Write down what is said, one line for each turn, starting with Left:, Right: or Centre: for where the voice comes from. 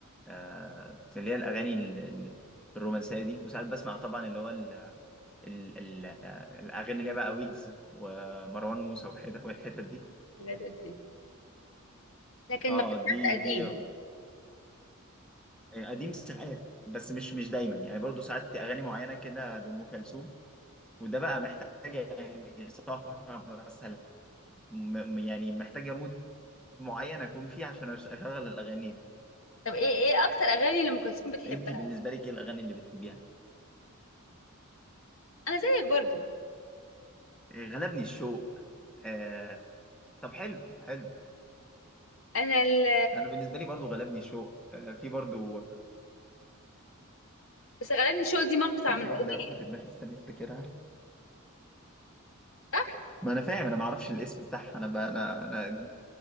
Centre: آه، اللي هي الاغاني ال- ال- الرومانسيه دي وساعات بسمع طبعا اللي هو ال ال ال آه، الاغاني اللي هي بقى ويجز ومروان موسى والحتت والحتت دي
Left: من قد ايه لكن
Centre: اه
Left: ما بتسمعش
Centre: دي
Left: قديم
Centre: دي آه، قديم ساعات بس مش مش دايما يعني برضو ساعات اغاني معينه كده لام كلثوم وده بقى محتاجة يعني سهرة مثلا م- يعني محتاجة مود معين أكون فيه عشان أش- أشغل الأغاني دي
Left: طب ايه ايه اكتر اغاني لام كلثوم بتحبها
Centre: أنت بالنسبة لك إيه الأغاني اللي بتحبيها؟
Left: انا زيك برضو
Centre: إيه، غلبني الشوق آه... طب حلو حلو
Left: انا ال
Centre: أنا بالنسبة لي برضو غلبني الشوق آه... في برضو
Left: بس غالبا شو دي مقطع
Centre: كان
Left: من
Centre: في
Left: اغنيه
Centre: واحدة يا رب في دماغي استني أفتكرها
Left: صح
Centre: ما أنا فاهم أنا ما أعرفش الاسم بتاعها أنا بقى أنا أنا